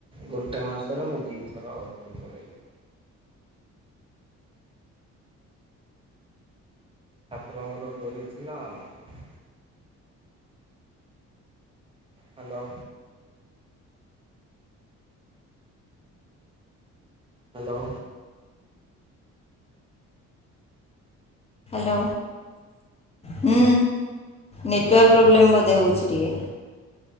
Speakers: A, on the right; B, on the left.
A: ଗୋଟେ ମାସରେ ମୁଁ ଦିଥର ପୁରୀ ପଳେଇଲି। ଠାକୁରଙ୍କର ଡୋରି ଥିଲା ଆଉ। ହ୍ୟାଲୋ ହ୍ୟାଲୋ
B: <inaudible> ହ୍ୟାଲୋ ହୁଁ ନେଟୱାର୍କ ପ୍ରୋବ୍ଲେମ ବୋଧେ ହଉଛି ଟିକେ।